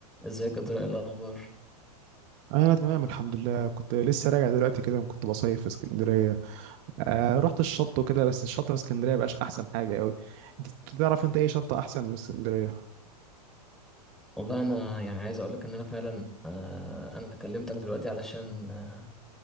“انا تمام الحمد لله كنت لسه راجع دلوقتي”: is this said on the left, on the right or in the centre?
Right